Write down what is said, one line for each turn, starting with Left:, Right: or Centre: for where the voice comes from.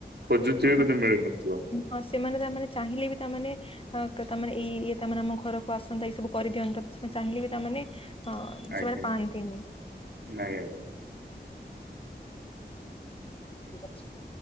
Right: ଖୋଜୁଥିବେ
Left: ହଁ
Right: କିନ୍ତୁ ମିଳୁ ନ ଥିବ।
Left: ହଁ ସେମାନେ ତା ମାନେ ଚାହିଁଲେ ବି ତା ମାନେ ଆ ତା ମାନେ ଏଇ ଇଏ ତା ମାନେ ଆମ ଘରକୁ ଆସନ୍ତା କି ସବୁ କରିଦିଅନ୍ତା ସେମାନେ ଚାହିଁଲେ ବି ତା ମାନେ ହଁ
Right: ଆଜ୍ଞା
Left: ସେମାନେ ପାଆନ୍ତିନି।
Right: ନାଇଁ ଆଜ୍ଞା।
Left: <inaudible>